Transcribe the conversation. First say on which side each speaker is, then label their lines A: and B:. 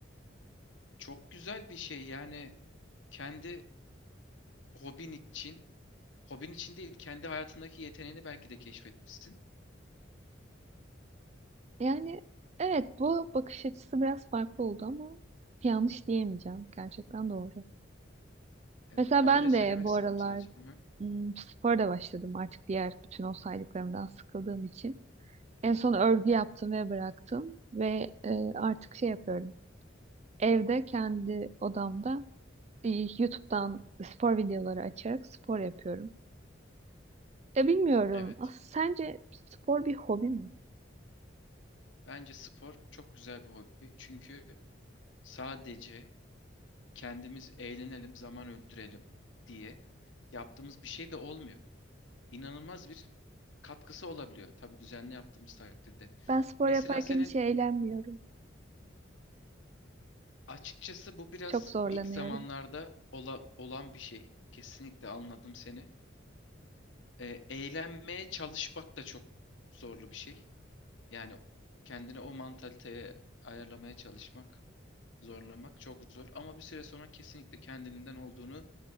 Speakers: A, on the left (about 75°); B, on the right (about 35°).
A: Çok güzel bir şey. Yani kendi hobin için, hobin için değil, kendi hayatındaki yeteneğini belki de keşfetmişsin.
B: Yani evet bu bakış açısı biraz farklı oldu ama yanlış diyemeyeceğim. Gerçekten doğru.
A: Evet.
B: Mesela
A: Ya
B: ben
A: öyle söylemek
B: de bu
A: istedim
B: aralar
A: sadece. Hı hı.
B: Hmm, spora da başladım artık diğer bütün o saydıklarımdan sıkıldığım için. En son örgü yaptım ve bıraktım ve e, artık şey yapıyorum. Evde kendi odamda e, YouTube'dan spor videoları açarak spor yapıyorum. Ya bilmiyorum.
A: Evet.
B: As sence spor bir hobi mi?
A: Bence spor çok güzel bir hobi. Çünkü sadece kendimiz eğlenelim, zaman öldürelim diye yaptığımız bir şey de olmuyor. İnanılmaz bir katkısı olabiliyor. Tabii düzenli yaptığımız takdirde.
B: Ben spor
A: Mesela
B: yaparken
A: senin
B: hiç eğlenmiyorum.
A: Açıkçası bu biraz
B: Çok zorlanıyorum.
A: ilk zamanlarda ola- olan bir şey. Kesinlikle anladım seni. Ee, eğlenmeye çalışmak da çok zorlu bir şey. Yani kendini o mantaliteye ayarlamaya çalışmak, zorlamak çok zor. Ama bir süre sonra kesinlikle kendiliğinden olduğunu